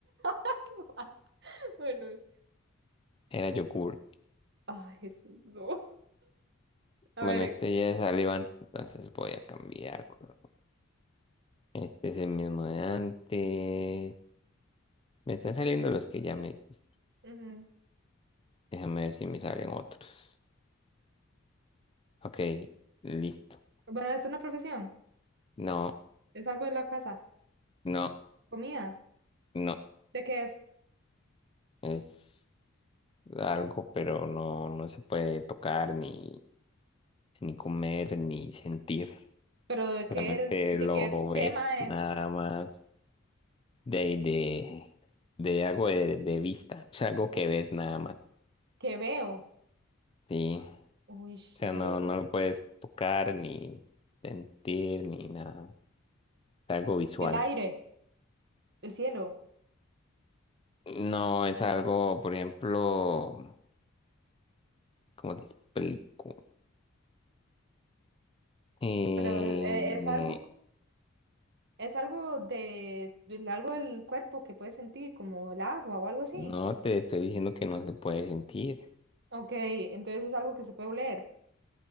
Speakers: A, on the right (about 55°); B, on the left (about 25°).
A: <laughs> ¿Qué me Bueno,
B: Era yogurt.
A: ay, Jesús, no. <laughs> A
B: Bueno,
A: ver,
B: este ya salió antes, entonces voy a cambiar. color. Este es el mismo de antes. Me están saliendo los que ya me dijiste.
A: ujú.
B: Déjame ver si me salen otros. Ok, listo.
A: Bueno, es una profesión,
B: No,
A: es algo de la casa.
B: no,
A: Comida,
B: no,
A: ¿de qué es?
B: es algo, pero no, no se puede tocar ni. ni comer, ni sentir.
A: Pero ¿de
B: Solamente
A: qué es? ¿De
B: lo
A: qué
B: ves
A: tema
B: nada
A: es?
B: más de, ahí de, de algo de, de vista. O sea, algo que ves nada más.
A: ¿Qué veo?
B: Sí. O
A: Uy,
B: sea,
A: eh,
B: no, no lo puedes tocar, ni sentir, ni nada. Es algo visual.
A: el aire, el cielo.
B: No es algo, por ejemplo, ¿cómo te explico? Eh,
A: Pero eh, es algo Es algo de, de- algo del cuerpo que puedes sentir, como el agua o algo así.
B: no te estoy diciendo que no se puede sentir.
A: Ok, entonces es algo que se puede oler,